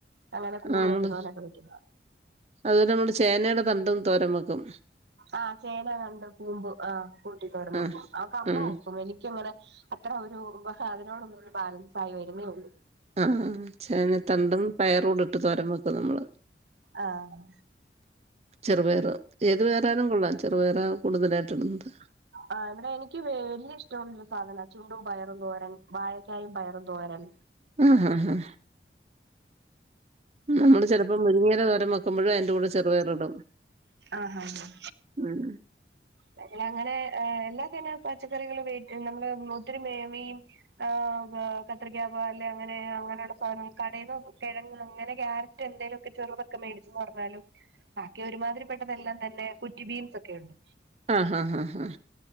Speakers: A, on the right; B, on the right.
A: അങ്ങനെ കൂണ്
B: ആഹ് നമ്മള്
A: വയ്ക്കുന്ന പോലൊക്കെ വെക്കും
B: അതുപോലെ നമ്മള് ചേനയുടെ തണ്ടും തോരം വെക്കും
A: ആഹ് ചേന തണ്ട് കൂമ്പ് ആഹ് കൂട്ടി തോരം
B: ആഹ്
A: വെക്കും അതൊക്കെ അമ്മ
B: ഉം
A: വെക്കും എനിക്കങ്ങനെ അത്ര ഒരു ഉപ അതിനോടൊന് ഒരു ബാലൻസ് ആയി വരുന്നേ ഒള്ളൂ
B: ആഹ് ചേനത്തണ്ടും പയറൂടെ ഇട്ട് തോരൻ വെക്കും നമ്മള്
A: ആഹ്
B: ചെറുപയർ ഏത് പയറയാലും കൊള്ളാം ചെറുപയറാ കൂടുതലായിട്ട് ഇടുന്നത്
A: ആഹ് ഇവിടെ എനിക്ക് വലിയ ഇഷ്ടമുള്ളൊരു സാധന ചുണ്ടും പയറും തോരൻ വാഴക്കായും പയറും തോരൻ
B: ആഹ് നമ്മള് ചെലപ്പോ മുരിങ്ങിയല തോരം വെക്കുമ്പഴും അതിന്റെ കൂടെ ചെറുപയറിടും
A: ആഹ് ആഹ്
B: ഉം
A: ഞങ്ങളങ്ങനെ എല്ലാ തന പച്ചക്കറികള് ഉപയോഗിക്കും നമ്മള് ഒത്തിരി മേങ്ങിം ഏഹ് കത്രികാ പോലെ അങ്ങനെ അങ്ങനെയുള്ള സാധനം കടേന്ന് കിഴങ്ങ് അങ്ങനെ ക്യാരറ്റ് എന്തേലൊക്കെ ചെറുതൊക്കെ മേടിച്ച്ന്ന് പറഞ്ഞാലും ബാക്കി ഒരുമാതിരിപ്പെട്ടതെല്ലാം തന്നെ കുറ്റി ബീൻസ് ഒക്കെയുണ്ട്
B: ആഹ് ആഹ് ആഹ്